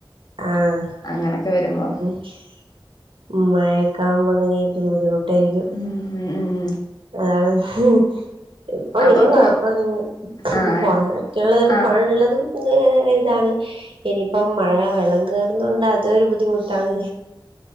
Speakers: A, on the right; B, on the left.
A: ആഹ്
B: അങ്ങനൊക്കെ വരുമ്പോ
A: ഉം മഴക്കെ ആവുമ്പോ അങ്ങനൊയായിരിക്കും ബുദ്ധിമുട്ടായിരിക്കും.
B: ഉം ഉം ഉം
A: ആണ് ഹും ഇപ്പൊ വലിയ
B: അപ്പൊ
A: കൊയപ്പൊന്നും
B: കു ആഹ്
A: പുഴൊക്കെള്ളതും
B: ആഹ്
A: പൊഴള്ളതും. ഏഹ ഇതാണ് ഇനിയിപ്പം മഴ വ വെള്ളം കേറുന്നത് കൊണ്ട് അതും ഒരു ബുദ്ധിമുട്ടാണ്.